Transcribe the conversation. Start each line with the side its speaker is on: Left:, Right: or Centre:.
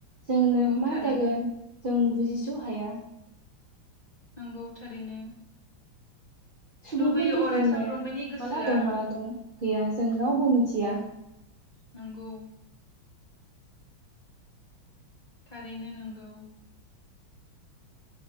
Right: जोंनो
Left: नंगौ
Right: मा
Left: थारैनो
Right: जागोन। जों बुजिस' हाया।
Left: नंगौ थारैनो।
Right: सुबुंफोरनि
Left: लुबैयो अराय
Right: जिउमाया
Left: साफ्रोमबोनि गोसोआ
Right: माला दं माला दं गैया जों रावबो मिथिया।
Left: नोंगौ। थारैनो नंगौ।